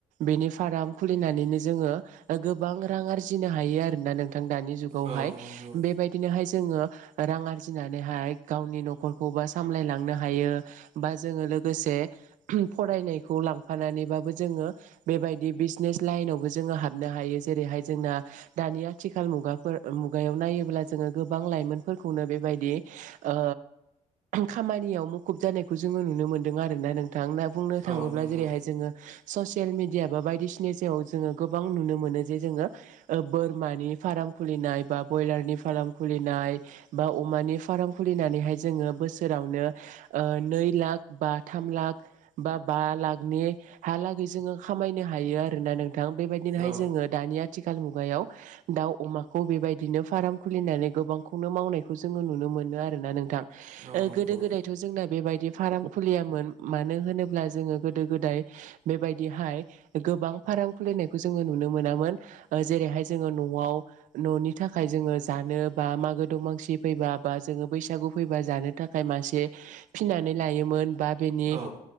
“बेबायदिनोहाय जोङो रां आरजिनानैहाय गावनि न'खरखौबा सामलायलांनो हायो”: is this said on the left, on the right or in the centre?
Right